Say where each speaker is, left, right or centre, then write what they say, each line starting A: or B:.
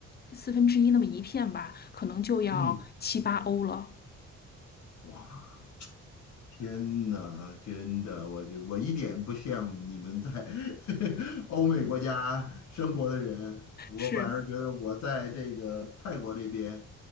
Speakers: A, on the left (about 30°); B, on the left (about 75°).
A: 四分之一那么一片吧，可能就要七八欧了。
B: 嗯，哇，天呐，真的，我就我一点不羡慕你们在 <laughs> 欧美国家生活的人，
A: <laughs>
B: 我反而觉得我在这个泰国这边，
A: 是，